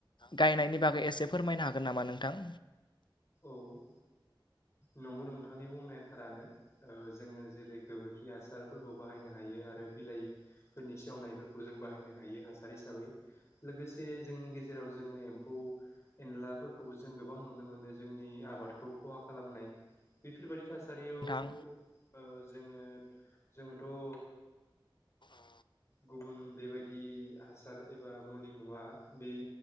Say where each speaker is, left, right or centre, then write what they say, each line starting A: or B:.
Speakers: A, on the left (about 60°); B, on the left (about 35°).
A: गायनायनि बागै एसे फोरमायनो हागोन नामा नोंथां?
B: औ नंगौ नोंथांनि बुंनाय थारानो। ओ जोङो जेरै गोबोरखि हासारफोरखौ बाहायनो हायो आरो बिलाइफोरनि सेवनायफोरखौ जों बाहायनो हायो हासार हिसाबै। लोगोसे जोंनि गेजेराव जोङो एम्फौ एनलाफोरखौबो जों गोबां नुनो मोनो जोंनि आबादखौ खहा खालामनाय बेफोरबायदि थासारियाव
A: नोंथां?
B: ओ जोङो जोङोथ' ओ
A: औ।
B: गुबुन बेबायदि हासार एबा मुलि नङा बे